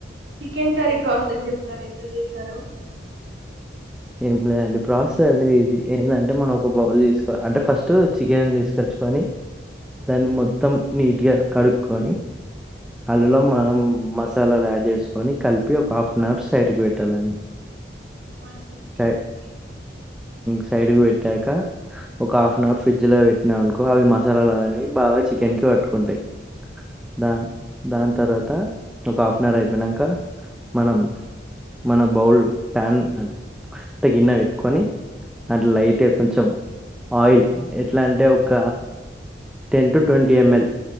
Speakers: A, on the right; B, in the centre.
A: చికెన్ కర్రీ ప్రాసెస్ చెప్తారా ఎట్ల చేసారో
B: ఏం లేండి ప్రాసెస్ అ ఈజీ ఎవన్నాంటే మనం ఒక బౌల్ తీసుకోలి అంటే ఫస్ట్ చికెన్ తీసుకొచ్చ కుని దాన్ని మొత్తం నీట్గా కడుక్కొని అందులో మనం మసాలాలు యాడ్ చేసుకొని కలిపి ఒక హాఫ్ అన్ అవర్ సైడ్కి పెట్టాలని
A: క్వాంటిటీ చికెన్
B: కాద్
A: అండి ఎన్ని
B: సైడ్
A: తీసుకోవాలి
B: పెట్టాక ఒక హఫ్ వన్ అవర్ ఫ్రిడ్జ్లో పెట్టినా అనుకో అవి మసాల అనేవి బాగా చికెన్ కి పట్టుకుంటాయి దాన్ దాని తర్వాత ఒక హాఫ్ అన్ అవర్ అయిపోయినంక మనం మన బౌల్ ప్యాన్ంత గిన్న పెట్టుకొని దాంట్ల లైట్గా కొంచెం ఆయిల్ ఎట్లా అంటే ఒక టెన్ టు ట్వంటీ ఎంఎల్